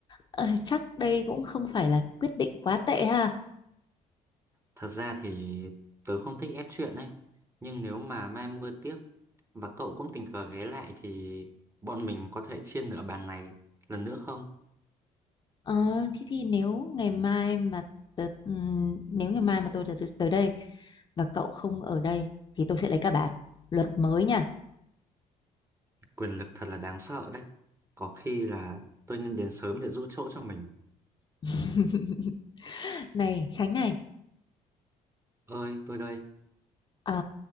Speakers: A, on the left; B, on the right.
A: Ờ, chắc đây cũng không phải là quyết định quá tệ ha.
B: Thật ra thì tớ không thích ép chuyện ấy. Nhưng nếu mà mai mưa tiếp và cậu cũng tình cờ ghé lại thì bọn mình có thể chia nửa bàn này lần nữa không?
A: Ờ, thế thì nếu ngày mai mà tớ, ừm, nếu ngày mai mà tôi tới tới đây và cậu không ở đây thì tôi sẽ lấy cả bạn. Luật mới nha.
B: Quyền lực thật là đáng sợ đấy. Có khi là tôi nên đến sớm để giữ chỗ cho mình.
A: <laughs> Này Khánh này,
B: Ơi, tôi đây.
A: ờ,